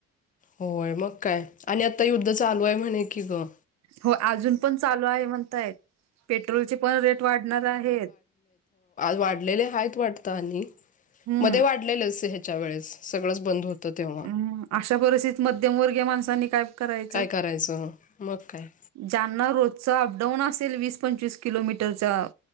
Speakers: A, on the left (about 25°); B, on the right (about 50°).
A: होय मग काय आणि आत्ता युद्ध चालू आहे म्हणे कि गं
B: हो अजून पण चालू आहे म्हणतायं पेट्रोलं चे पण रेट वाढणार आहे.
A: वाढलेले हायत वाटतता अनी.
B: हम्म
A: मध्ये वाढले ह्याच्या वेळेस सगळंचं बंद होतं तेव्हा.
B: मग अशा परिस्थितीत मध्यमवर्गीय माणसांनी काय करायचं.
A: काय करायचं. मंग काय.
B: जाना रोजचं अपडाऊन असेल वीस पंचवीस किलोमीटरचा.